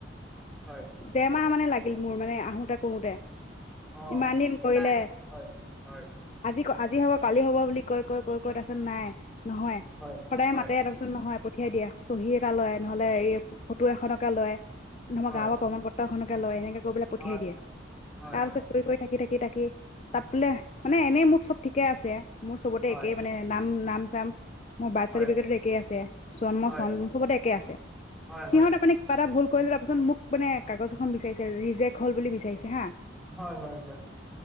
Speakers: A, in the centre; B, on the left (about 35°).
A: হয়
B: দেৰমাহ মানে ল মোৰ মানে আহোতে কৰোতে
A: অ অ
B: ইমান দিন
A: স
B: কৰিলে
A: নাই হয়। হয়
B: আজি হ'ব কালি হ'ব বুলি কয় কয় কয় কয় তাৰছত নাই। নহয়
A: হয়,
B: সদায়
A: হয়,
B: মাতে তাৰ পিছত নহয়। পঠিয়াই দিয়ে চহী এটা লয় নহ'লে এই ফটো এখনকে লয়। আমাৰ
A: হয়,
B: গাঁৱৰ প্ৰমাণ পত্ৰখননে ক লয় এনে পঠিয়াই
A: হয়,
B: দিয়ে
A: হয়, হয়,
B: তাৰ
A: হয়,
B: পাছত কৰি কৰি থাক। থাকি থাকি থাকি তাত বোলে মানে এনেই মোৰ চব ঠিকে আছে। মোৰ চবতে
A: হয়,
B: একেই মানে নাম। নাম চাম মোৰ বাৰ্থ
A: হয়,
B: চাৰ্টিফিকেটো একে আছে জন্ম
A: হয়,
B: চম চবতে একে আছে
A: হয়,
B: সিহঁত
A: হয়, হয়,
B: আপানে কিবা এটা ভুল। কৈলে তাৰপাছত মোক মানে কাগজ এখন বিচাৰিছে ৰিজেক্ট হ'ল বুলি বিচাৰিছে হা
A: হয় হয় হয়।